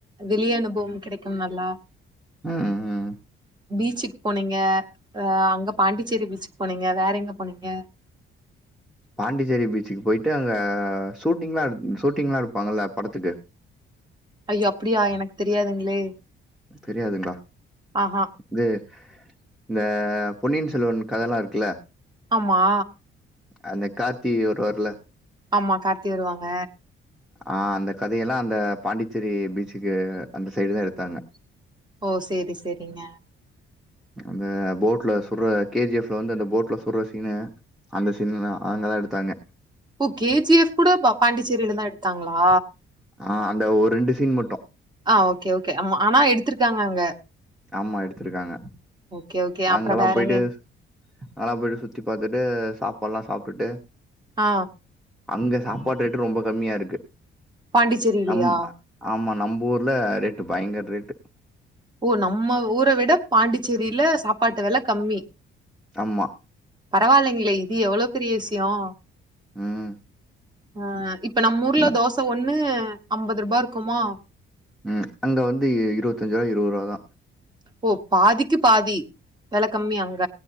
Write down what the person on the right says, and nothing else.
வெளிய அனுபவம் கிடைக்கும் நல்லா
பீச்சுக் போனீங்க அ அங்க பாண்டிச்சேரி பீச்சுக் போனீங்க வேற எங்க போனீங்க
ஐயோ அப்டியா எனக்கு தெரியாதுங்ளே
ஆஹா
ஆமா
ஆமா கார்த்தி வருவாங்க
ஓ செரி செரிங்க
ஓ கேஜிஎஃப் கூட பா பாண்டிச்சேரியில தா எடுத்தாங்களா
ஆ ஓகே ஓகே ஆமா ஆனா எடுத்திருக்காங்க அங்க
ஓகே ஓகே அப்றோ
வேற
எங்க
ஆ
பாண்டிச்சேரிலயா
ஓ நம்ம ஊர விட பாண்டிச்சேரியில சாப்பாட்டு வெல கம்மி
பரவாயில்லைங்களே இது எவ்வளோ பெரிய விஷ்யோ
ஆ இப்ப நம் ஊர்ல
தோச ஒண்ணு அம்பது ரூபா இருக்குமா
ஓ பாதிக்கு பாதி வெல கம்மி அங்க